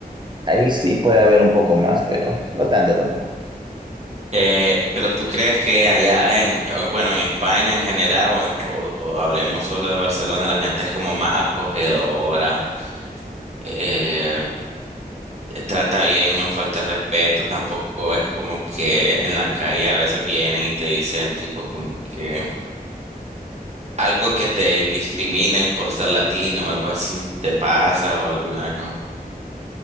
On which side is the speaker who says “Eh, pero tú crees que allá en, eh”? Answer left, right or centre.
Right